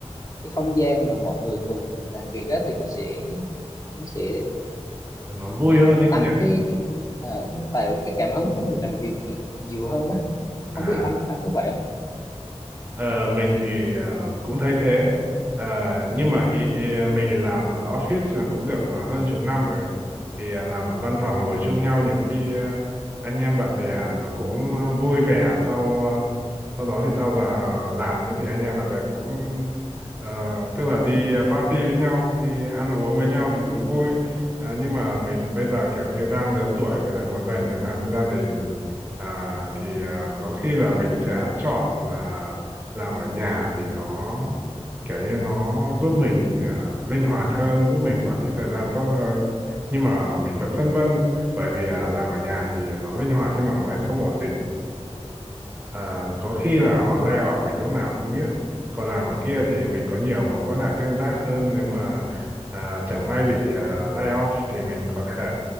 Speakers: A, on the left; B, on the right.
A: cái không gian mà mọi người cùng làm việc á thì nó sẽ nó sẽ
B: nó vui hơn ấy
A: tăng
B: nhỉ
A: cái cái à, tạo cái cảm hứng cho mình làm việc được nhiều hơn á
B: à
A: không biết anh anh có vậy
B: Ờ, mình thì ờ, cũng thấy thế Ờ, nhưng mà ý, ý, ờ, mình làm ở office ờ, cũng được ờ, hơn chục năm rồi ấy. thì ờ, làm ở văn phòng ngồi chung nhau nhiều khi ờ, anh em bạn bè nó cũng ờ, vui vẻ sau ờ, sau đó thì sau giờ ờ, làm ấy thì anh em bạn bè cũng ờ, tức là đi ờ, party với nhau đi ăn uống với nhau thì cũng vui
A: không
B: Ờ, nhưng mà mình bây giờ kiểu như đang lớn tuổi với lại muốn dành thời gian cho gia đình À, thì à, có khi là mình sẽ chọn ờ, làm ở nhà vì nó kiểu như nó giúp mình à, linh hoạt hơn, giúp mình quản lý thời gian tốt hơn. Nhưng mà mình vẫn phân vân bởi vì à, làm ở nhà thì nó linh hoạt nhưng mà nó lại không ổn định. À, có khi
A: Ừ,
B: là họ lay off mình lúc nào không biết. Còn làm ở kia thì mình có nhiều mối quan hệ tương tác hơn nếu mà à, chẳng may bị à, lay off thì mình có thể